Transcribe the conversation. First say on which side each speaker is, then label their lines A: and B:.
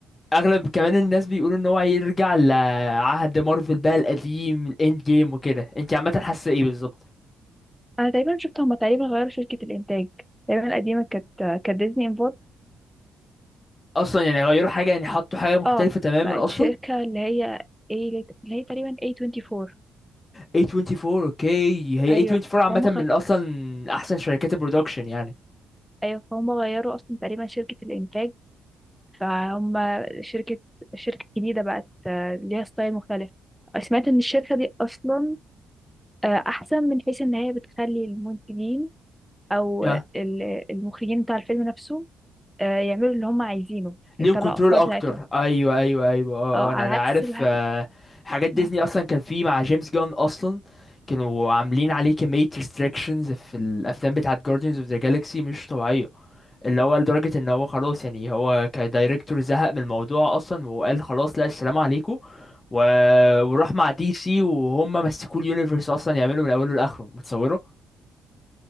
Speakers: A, on the left (about 30°); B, in the centre.
A: اغلب كمان الناس بيقولوا ان هو هيرجع لعهد مارفل بقى القديم الاند جيم وكده انت عامه حاسه ايه بالظبط
B: انا تقريبا شفت هما تقريبا غيروا شركه الانتاج تقريبا القديمه كانت كانت ديزني انفولد
A: اصلا يعني غيروا حاجه يعني حطوا حاجه مختلفه
B: اه
A: تماما
B: بقت
A: اصلا
B: شركه اللي هي ايه اللي هي تقريبا A24
A: A24 اوكي هي
B: ايوه
A: A24 عامه
B: فهم
A: من
B: خ...
A: اصلا احسن شركات البرودكشن يعني
B: ايوه فهم غيروا اصلا تقريبا شركه الانتاج فهم شركه شركه جديده بقت آه، ليها ستايل مختلف سمعت ان الشركه دي اصلا آه، احسن من حيث ان هي بتخلي المنتجين او
A: اه
B: ال- المخرجين بتاع الفيلم نفسه آه، يعملوا اللي هم عايزينه
A: ليهم
B: يطلعوا
A: كنترول
B: افكار
A: اكتر
B: بتاعتهم
A: ايوه ايوه ايوه اه
B: اه
A: آه،
B: على
A: انا انا
B: عكس
A: عارف
B: الح...
A: آه، حاجات ديزني
B: آه،
A: اصلا كان في مع جيمس جان اصلا كانوا عاملين عليه كميه ريستريكشنز في الافلام بتاعه Guardians of the Galaxy مش طبيعيه اللي هو لدرجة ان هو خلاص يعني هو كدايركتور زهق من الموضوع اصلا وقال خلاص لا السلام عليكم و... وراح مع دي سي وهم مسكوا اليونيفرس اصلا يعملوا من اوله لاخره متصوره